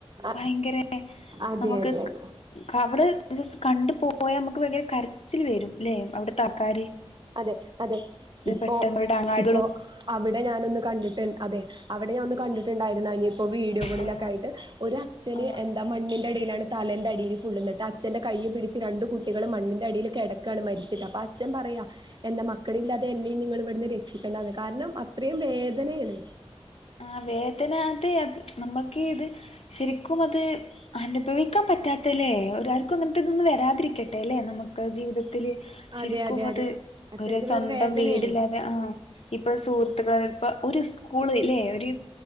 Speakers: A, on the right; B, on the left.
A: അ
B: ഭയങ്കരെ
A: അതെ
B: നമുക്ക്
A: അതെ അതെ
B: ക് <unintelligible> ജസ്റ്റ് കണ്ടു പോയാ മ്മക്ക് ഭയങ്കര കരച്ചില് വരും ല്ലേ അവിട്ത്തെ ആൾക്കാര്.
A: അതെ അതെ ഇപ്പോ
B: പെട്ടെന്ന് അവരുടെ അങ്ങാടികളും
A: ഇപ്പോ അവിടെ ഞാനൊന്ന് കണ്ടിട്ടു അതെ അവിടെ ഞാൻ ഒന്ന് കണ്ടിട്ടിണ് അതെ അവിടെ ഒന്ന് കണ്ടിട്ടിട്ടായിരുന്നു അയിഞ്ഞിപ്പോ വീഡിയോകളിലൊക്കെ
B: ആ
A: ആയിട്ട്. ഒരു അച്ഛന്
B: ആ
A: എന്താ മണ്ണി ന്റെ അടീലാണ് തലെന്റെ അടീല് <unintelligible> അച്ഛന്റെ കൈ പിടിച്ച് രണ്ട് കുട്ടികളും മണ്ണിന്റെ അടീൽ കെടക്കാണ് മരിച്ചിട്ട് അപ്പ അ ച്ഛൻ പറയാ എന്റെ മക്കളില്ലാതെ എന്നെയും നിങ്ങള് ഇവിട്ന്ന് രക്ഷിക്കണ്ടാന്ന്, കാരണം അത്രയും വേദനേണ്.
B: ആഹ് വേദന അത് നമ്മക്ക് ഇത് ശെരിക്കും അത് അനുഭവിക്കാൻ പറ്റാത്തല്ലേ ഒരാർക്കും അങ്ങനത്തെതൊന്നും വരാതിരിക്കട്ടെല്ലെ നമുക്ക് ജീവിതത്തില്. ശരിക്കും
A: അതെ അതെ
B: അത്
A: അതെ അത്തരത്തിലുള്ള
B: ഒരു സ്വന്തം
A: വേദനയാണ്
B: വീടില്ലാ <unintelligible> ആഹ് ഇപ്പ സുഹൃത്തുക്കള് ഇപ്പ ഒരു സ്കൂള് ലെ ഒര്